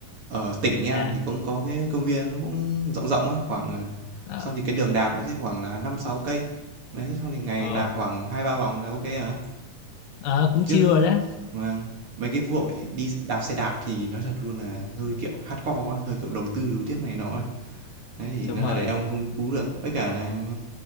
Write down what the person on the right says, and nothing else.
Ở tỉnh em
thì cũng có cái công viên nó cũng rộng rộng á, khoảng ờ,
xong thì cái đường đạp nó sẽ khoảng là 5 6 cây. Đấy, sau thì ngày
đạp khoảng 2 3 vòng là ok rồi.
Chứ
mà mấy cái vội đi đạp xe đạp thì nó thật luôn là hơi kiểu hardcore á, hơi kiểu đầu tư đấu tiếp này nọ. á. Đấy thì
nó thật
là em không đú được, với cả là